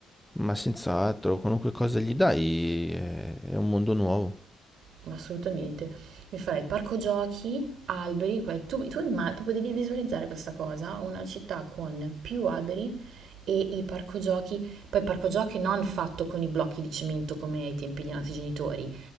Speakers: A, in the centre; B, on the right.
A: Ma senz'altro, qualunque cosa gli dai è è un mondo nuovo.
B: Ma assolutamente. Mi farei parco giochi, alberi, guai- tu, tu imma- proprio devi visualizzare questa cosa, una città con più alberi e i parco giochi, poi parco giochi non fatto con i blocchi di cemento come ai tempi dei nostri genitori,